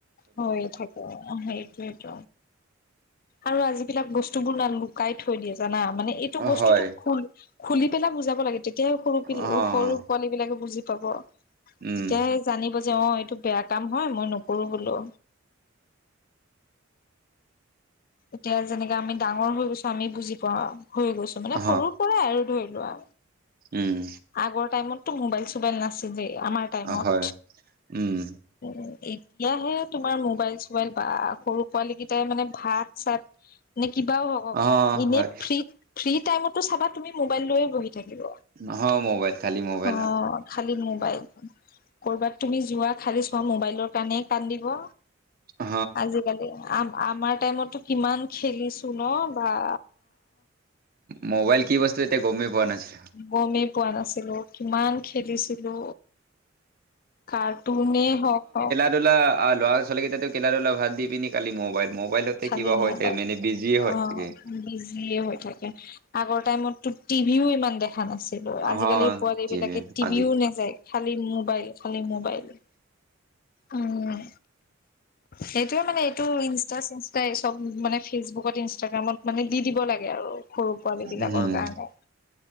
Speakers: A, on the left; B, on the right.
A: হৈয়ে থাকে, অঁ সেইটোৱে ত' আৰু আ যিবিলাক বস্তুবোৰ না লুকাই থৈ দিয়ে জানা? মানে এইটো বস্তুটো
B: হয়
A: খোল খুলি পেলাই বুজাব লাগে, তেতিয়া হে সৰু পিল
B: অ অ',
A: সৰু পোৱালী বিলাকে বুজি পাব। তেতিয়াহে
B: উম
A: জানি বুজি অঁ এইটো বেয়া কাম হয়, মই নকৰো বোলো। এতিয়া যেনেকে আমি ডাঙৰ হৈ গৈছো, আমি বুজি পাওঁ। হৈ গৈছো মানে
B: অ
A: সৰুৰ পৰাই আৰু ধৰি লোৱা।
B: উম।
A: আগৰ টাইমত টো মোবাইল চোবাইল নাছিলেই, আমাৰ টাইমত।
B: হয় উম
A: উম, এতিয়াহে তোমাৰ মোবাইল চোবাইল বা সৰু পোৱালী কেইটাই মানে ভাত চাত নে কিবাও হ'
B: অ
A: ইনে
B: হয়
A: ফ্ৰী, ফ্ৰী টাইমতো চাবা তুমি মোবাইল লৈয়ে বহি থাকিব।
B: অ মোবাইল খালি মোবাইল
A: অঁ, খালি মোবাইল। কৰ'বাত তুমি যোৱা, খালি চোৱা মোবাইলৰ কাৰণেই কান্দিব।
B: অ
A: আজিকালি, আম আমাৰ টাইমতটো কিমান খেলিছোঁ। ছো ন' বা
B: ম'বাইল কি বস্তু এতিয়া গ'মেই পোৱা নাছিলো।
A: গমেই পোৱা নাছিলো, কিমান খেলিছিলো। কাৰ্টুনেই হওঁক অঁ।
B: ধৰি লোৱা আ ল'ৰা ছোৱালী কেতাটো কেদাৰলে ভাত দি পিনি কালি ম'বাইল মোবাইলতে
A: খালি
B: কিবা হয়,
A: মোবাইল
B: ফেমিলি বিজিয়ে হয়
A: অ
B: চাগে।
A: বিজিয়ে হৈ থাকে, আগৰ টাইমততো টিভিও ইমান দেখা নাছিল সেইবোৰ
B: অ
A: আজিকালিৰ পোৱালি
B: টিভি
A: বিলাকে টিভিও
B: আজি
A: নেচায়, খালি মোবাইল খালি মোবাইল। উম, সেইটোয়ে মানে এইটো ইনচ জাষ্ট ইনষ্টা এই চব মানে ফেচবুকত ইনষ্টাগ্ৰামত মানে দি দিব লাগে আৰু সৰু পোৱালী বিলাকৰ
B: উম
A: কাৰণে।